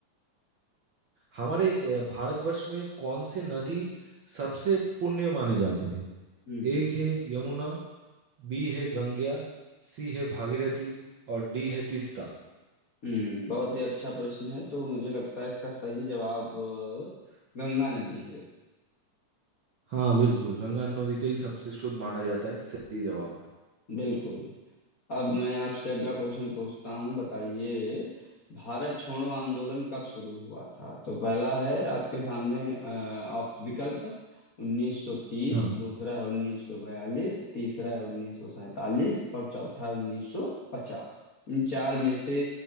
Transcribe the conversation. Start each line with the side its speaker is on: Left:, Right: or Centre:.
Right: हमारे अ, भारतवर्ष में कौन से नदी सबसे पुण्य माने जाते हैं
Left: हम्म
Right: एक है यमुना बी है गंगा सी है भागीरथी और डी है तीस्ता
Left: हम्म बहुत ही अच्छा प्रश्न है तो मुझे लगता है इसका सही जवाब अ, गंगा नदी है
Right: हाँ बिल्कुल गंगा नदी का ही सबसे शुद्ध माना जाता है सही जवाब
Left: बिल्कुल अब मैं आपसे अगला क्वेश्चन पूछता हूँ बताइए भारत छोड़ो आंदोलन कब शुरू हुआ था तो पहला है आपके सामने अ, आप विकल्प 1930
Right: हाँ
Left: दूसरा है 1942 तीसरा है 1947 और चौथा है 1950 इन चार में से